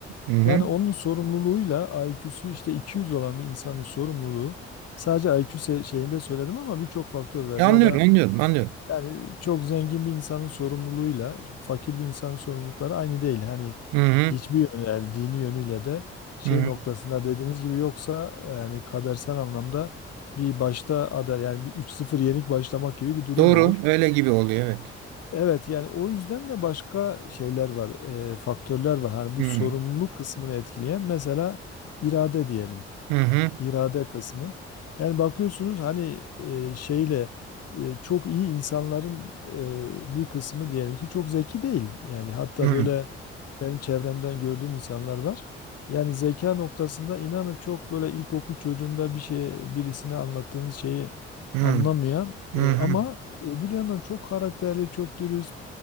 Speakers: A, on the right; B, on the left.
A: Hı. Hı.
B: Yani onun sorumluluğuyla IQ'su işte iki yüz olan bir insanın sorumluluğu sadece IQ se- şeyinde söyledim ama birçok faktör var
A: E,
B: ya
A: Anlıyorum,
B: da
A: anlıyorum, anlıyorum.
B: yani çok zengin bir insanın sorumluluğuyla fakir bir insanın sorumlulukları aynı değil. Hani
A: Hı hı.
B: hiçbir yönü yani dini yönüyle de şey
A: Hı.
B: noktasında dediğiniz gibi yoksa yani kadersel anlamda bir başta ada yani bir üç sıfır yenik başlamak gibi bir durum
A: Doğru,
B: olur.
A: öyle gibi oluyor evet.
B: Evet yani o yüzden de başka şeyler var, e, faktörler var. Hani bu
A: Hı.
B: sorumluluk kısmını etkileyen mesela irade diyelim
A: Hı hı.
B: irade kısmı. Yani bakıyorsunuz hani e, şeyle e, çok iyi insanların e, bir kısmı diyelim ki çok zeki değil. Yani hatta
A: Hı.
B: böyle benim çevremden gördüğüm insanlar var. Yani zeka noktasında inanın çok böyle ilkokul çocuğunda bir şey birisine anlattığınız şeyi
A: Hı.
B: anlamayan
A: Hı
B: e, ama öbür yandan çok karakterli, çok dürüst,